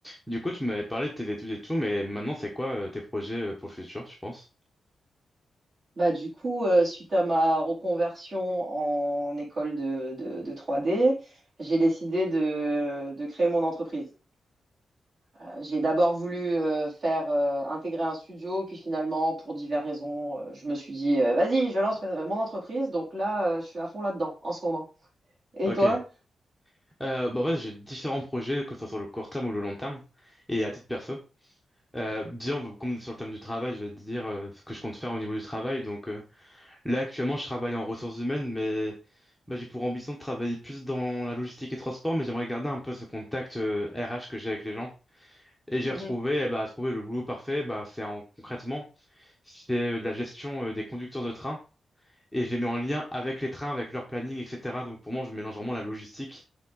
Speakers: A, in the centre; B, on the right.
A: Du coup, tu m'avais parlé de tes études et tout, mais maintenant, c'est quoi euh, tes projets euh, pour le futur, tu penses?
B: Bah, du coup, euh, suite à ma reconversion en école de, de, de 3D, j'ai décidé de, de créer mon entreprise. Euh, j'ai d'abord voulu euh, faire euh, intégrer un studio, puis finalement, pour diverses raisons, euh, je me suis dit, euh, vas-y, je lance euh, mon entreprise. Donc là, euh, je suis à fond là-dedans en ce moment. Et
A: Ok.
B: toi?
A: Euh, bah, en fait, j'ai différents projets, que ce soit sur le court terme ou le long terme, et à titre perso. Euh, déjà, on va- comme sur le thème du travail, je vais te dire euh, ce que je compte faire au niveau du travail. Donc, euh, là, actuellement, je travaille en ressources humaines, mais bah, j'ai pour ambition de travailler plus dans la logistique et transport, mais j'aimerais garder un peu ce contact euh, RH que j'ai avec les gens. Et j'ai
B: Mhm.
A: retrouvé, eh bah, trouver le boulot parfait, bah, c'est en concrètement, c'est euh, de la gestion euh, des conducteurs de train. et je les mets en lien avec les trains, avec leur planning, etc. Donc pour moi, je mélange vraiment la logistique